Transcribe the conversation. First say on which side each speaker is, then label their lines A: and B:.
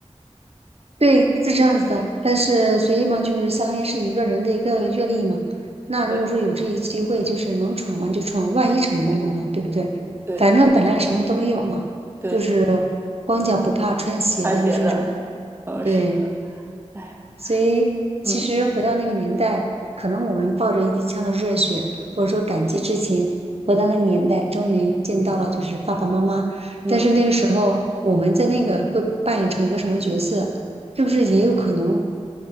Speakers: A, on the right; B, on the right.
A: 对，是这样子的，但是所以嘛，就是相当于是一个人的一个阅历嘛。那如果说有这一机会，
B: 对，
A: 就是能闯嘛就闯，万一成功了呢，对不对？
B: 对
A: 反正本来什么都没有嘛，
B: 对，
A: 就是光脚不怕穿鞋的，
B: 穿鞋的。
A: 就这种嘛。
B: 嗯，
A: 对。
B: 是。哎，
A: 所以其实回到那个年代，
B: 嗯
A: 可能我们抱着一腔的热血，或者说感激之情，回到那个年代，终于见到了就是爸爸妈妈。
B: 嗯
A: 但是那个时候，我们在那个会扮演成一个什么角色，是不是也有可能